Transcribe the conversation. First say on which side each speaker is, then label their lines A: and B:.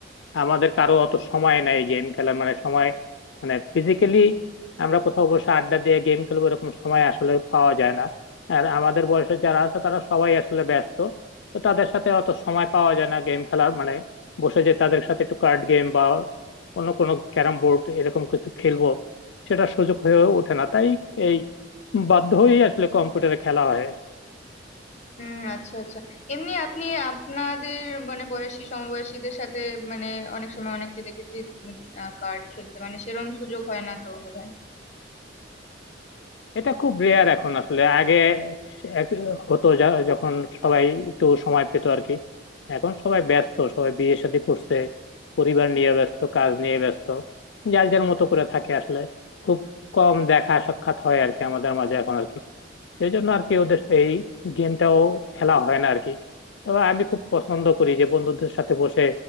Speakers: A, on the left (about 80°); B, on the left (about 40°).
A: আমাদের কারো অত সময় নাই গেম খেলার মানে সময় মানে ফিজিক্যালি আমরা কোথাও বসে আড্ডা দিয়ে গেম খেলবো এরকম সময় আসলে পাওয়া যায় না আর আমাদের বয়সে যারা আছে তারা সবাই আসলে ব্যস্ত তো তাদের সাথে অত সময় পাওয়া যায় না গেম খেলার মানে বসে যে তাদের সাথে একটু কার্ড গেম বা অন্য কোনো ক্যারাম বোর্ড এরকম কিছু খেলবো সেটা সুযোগ হয়ে ওঠে না তাই এই বাধ্য হয়েই আসলে কম্পিউটারে খেলা হয়
B: হুম আচ্ছা আচ্ছা এমনি আপনি আপনাদের মানে বয়সী সমবয়সীদের সাথে মানে অনেক সময় অনেককে দেখেছি কার্ড খেলতে মানে সেরম সুযোগ হয় না তো বোধহয়
A: এটা খুব রেয়ার এখন আসলে আগে এক- হতো যা- যখন সবাই একটু সময় পেত আর কি এখন সবাই ব্যস্ত সবাই বিয়ে শাদী করছে পরিবার নিয়ে ব্যস্ত কাজ নিয়ে ব্যস্ত যার যার মতো করে থাকে আসলে খুব কম দেখা সাক্ষাৎ হয় আর কি আমাদের মাঝে এখন আর কি এই জন্য আর কি ওদের এই গেমটাও খেলা হয় না আর কি তবে আমি খুব পছন্দ করি যে বন্ধুদের সাথে বসে